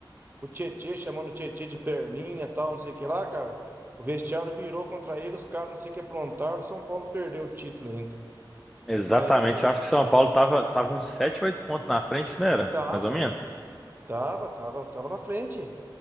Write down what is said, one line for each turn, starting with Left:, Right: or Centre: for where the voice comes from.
Right: com o Tietê, chamando o Tietê de perninha, e tal, não sei o que lá, cara. O vestiário virou contra ele, os caras não sei o que aprontaram, o São Paulo perdeu o título ainda.
Centre: Exatamente.
Right: Mas
Centre: Eu acho que o São Paulo tava, tava uns sete ou 8 pontos na frente, não era?
Right: tava,
Centre: Mais ou menos.
Right: tava, tava, tava na frente.